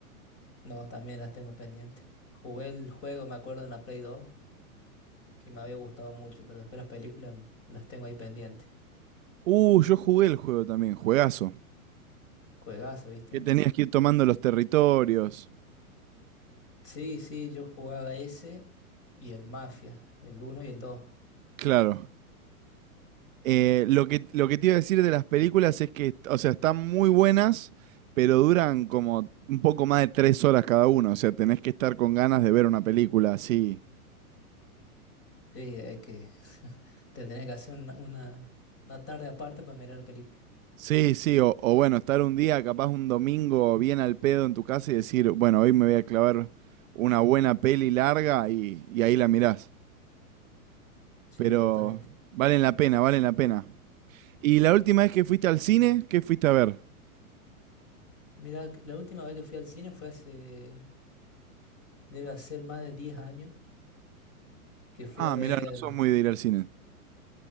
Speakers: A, on the left; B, on the right.
A: No, también las tengo pendientes. Jugué el juego, me acuerdo, en la Play 2 que me había gustado mucho, pero después las películas las tengo ahí pendientes.
B: Uh, yo jugué el juego también, juegazo.
A: Juegazo, ¿viste?
B: Que tenías que ir tomando los territorios.
A: Sí, sí, yo jugaba ese y el Mafia, el uno y el dos
B: Claro. Eh, lo que, lo que te iba a decir de las películas es que, o sea, están muy buenas, pero duran como un poco más de tres horas cada uno. O sea, tenés que estar con ganas de ver una película así.
A: Sí, hay que... <laughs> Te tenés que hacer una, una, una tarde aparte para mirar películas.
B: Sí, sí, o, o bueno, estar un día, capaz un domingo bien al pedo en tu casa y decir, bueno, hoy me voy a clavar una buena peli larga y, y ahí la mirás.
A: Sí,
B: Pero
A: totalmente.
B: valen la pena, valen la pena. ¿Y la última vez que fuiste al cine, qué fuiste a ver?
A: Mira, la última vez que fui al cine fue hace... Debe hacer más de 10 años que fui
B: Ah,
A: a
B: mirá,
A: ver
B: no sos muy de ir al cine.